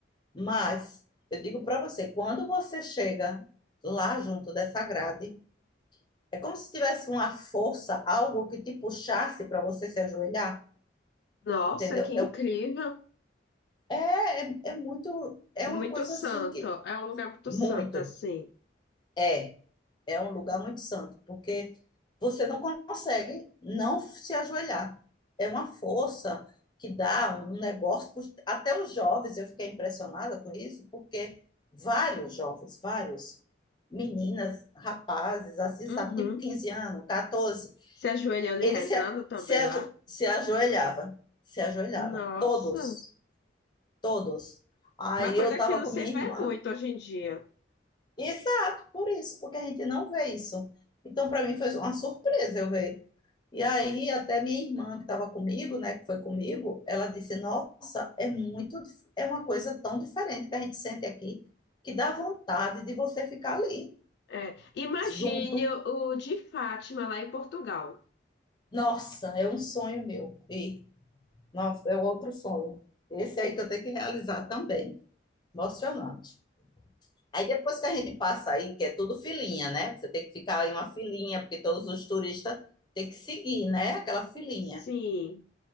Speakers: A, on the left; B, on the left.
A: Mas eu digo para você, quando você chega lá junto dessa grade, é como se tivesse uma força, algo que te puxasse para você se ajoelhar,
B: Nossa,
A: entendeu?
B: que incrível.
A: É, é, é é muito, é
B: Muito
A: uma coisa
B: santo.
A: assim que
B: É um lugar muito
A: muito
B: santo, assim.
A: é É um lugar muito santo, porque você não consegue não se ajoelhar. É uma força que dá um negócio. Até os jovens, eu fiquei impressionada com isso, porque vários jovens, vários meninas, rapazes, assim, sabe,
B: Uhum.
A: tipo 15 anos, 14,
B: Se ajoelhando
A: eles
B: e rezando
A: se, a-
B: também
A: se, ajo-
B: lá.
A: se ajoelhava, se ajoelhava,
B: Nossa.
A: todos, todos. Aí
B: Uma coisa
A: eu estava
B: que não
A: com
B: se
A: minha
B: vê
A: irmã,
B: muito hoje em dia.
A: Exato, por isso, porque a gente não vê isso. Então, para mim, foi uma surpresa eu ver. E aí, até minha irmã, que estava comigo, né, que foi comigo, ela disse: Nossa, é muito, dif- é uma coisa tão diferente que a gente sente aqui, que dá vontade de você ficar ali,
B: É. Imagine
A: junto.
B: o o de Fátima lá em Portugal.
A: Nossa, é um sonho meu. E, nossa, é outro sonho. Esse aí que eu tenho que realizar também. Emocionante. Aí depois que a gente passa aí, que é tudo filinha, né? Você tem que ficar em uma filinha, porque todos os turistas têm que seguir, né? Aquela filinha.
B: Sim,